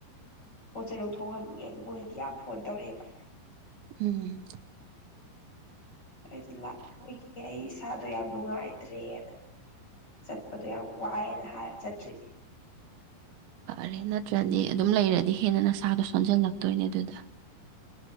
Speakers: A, on the left (about 20°); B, on the right (about 85°).
A: ꯑꯣꯠ ꯆꯩꯔꯧꯊꯣꯛꯍꯜꯗꯨꯨꯔꯦ ꯑꯗꯨ ꯃꯣꯏꯗꯤ ꯌꯥꯝ ꯐꯣꯟ ꯇꯧꯔꯛꯑꯦꯕ
B: ꯎꯝ
A: ꯑꯩ ꯂ ꯑꯩ ꯏꯁꯥꯗꯣ ꯌꯥꯝ ꯅꯨꯡꯉꯥꯏꯇ꯭ꯔꯦꯅ ꯆꯠꯄꯗꯣ ꯌꯥꯝ ꯋꯥꯏꯑꯅ ꯍꯥꯏ ꯆꯠꯇ꯭ꯔꯤꯅꯦ
B: ꯐꯔꯦ ꯅꯠꯇ꯭ꯔꯗꯤ ꯑꯗꯨꯝ ꯂꯩꯔꯗꯤ ꯍꯦꯟꯅ ꯅꯁꯥꯗꯣ ꯁꯣꯟꯖꯜꯂꯛꯇꯣꯏꯅꯦ ꯑꯗꯨꯗ